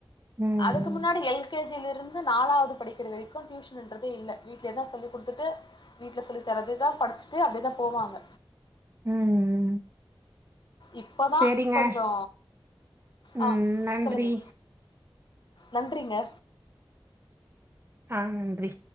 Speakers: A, on the right; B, on the left.
A: ம்
B: அதுக்கு இதுக்கு
A: ம்
B: முன்னாடி எல் கே ஜில இருந்து நாலாவ்து படிக்கிற வரைக்கும் டியூஷனுன்றதே இல்ல வீட்லேதா சொல்லி குடுத்துட்டு வீட்ல சொல்லி தரதேதா படிச்சிட்டு அப்டே தா போவாங்க
A: ம்
B: இப்பதா
A: சேரிங்க
B: கொஞ்சோ
A: ம்
B: ஆ
A: நன்றி
B: சொல்லுங்க நன்றிங்க
A: ஆ நன்றி